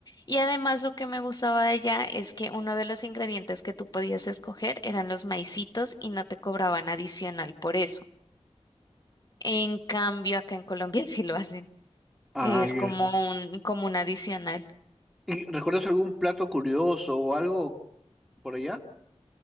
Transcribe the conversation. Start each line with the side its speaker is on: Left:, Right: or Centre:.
Left: Y además lo que me gustaba de allá es que uno de los ingredientes que tú podías escoger eran los maicitos y no te cobraban adicional por eso. En cambio, acá en Colombia <laughs> sí lo hacen.
Centre: Ah,
Left: Es
Centre: ya.
Left: como un, como un adicional.
Centre: ¿Y recuerdas algún plato curioso o algo por allá?